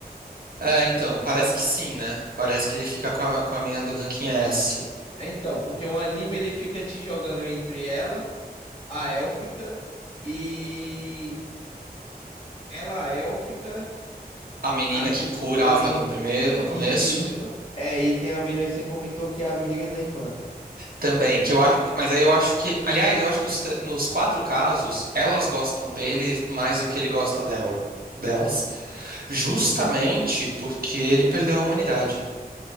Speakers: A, on the right; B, on the left.
A: É, então, parece que sim, né? Parece que ele fica com a, com a mina do ranking S.
B: É, Então, porque o anime ele fica te jogando entre ela, a élfica, e ela, a élfica,
A: a menina
B: a, me-
A: que curava
B: a menina.
A: no primeiro, no começo,
B: Isso. É, e tem a menina que você comentou que é amiga da irmã.
A: também, que eu acho, mas aí eu acho que, aliás, eu acho que os te- nos quatro casos, elas gostam dele mais do que ele gosta dela, delas,
B: Sim,
A: justamente porque ele perdeu a humanidade.